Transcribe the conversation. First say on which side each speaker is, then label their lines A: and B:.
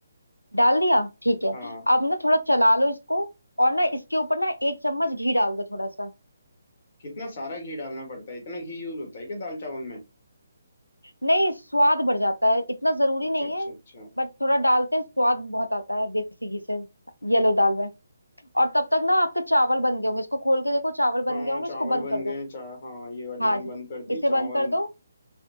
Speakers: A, on the left (about 80°); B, on the left (about 40°).
A: डाल दिया ठीक है
B: हाँ
A: अब ना थोड़ा चला लो इसको और ना इसके ऊपर ना एक चम्मच घी डाल दो थोड़ा सा
B: कितना सारा घी डालना पड़ता है इतना घी यूज होता है क्या दाल चावल में
A: नहीं स्वाद बढ़ जाता है इतना जरूरी
B: अच्छा
A: नहीं
B: अच्छा
A: है
B: अच्छा
A: बट थोड़ा डालते हैं स्वाद बहुत आता है देसी घी से येलो दाल में और तब तक ना आपके चावल बन गए होंगे इसको खोल के देखो चावल
B: हाँ
A: बन गए होंगे
B: चावल
A: इसको बंद
B: बन
A: कर दो
B: गए चा हाँ ये वाली
A: हाँ
B: मैंने
A: जी
B: बंद कर दी
A: इसे
B: चावल
A: बंद कर दो